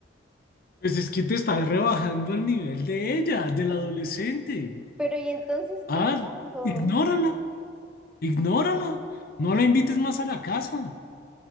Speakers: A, on the left; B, in the centre.
A: Pues es que te estás rebajando el nivel de ella, del adolescente.
B: Pero ¿y entonces
A: Ah,
B: qué hago?
A: ignórala, ignórala. No la invites más a la casa.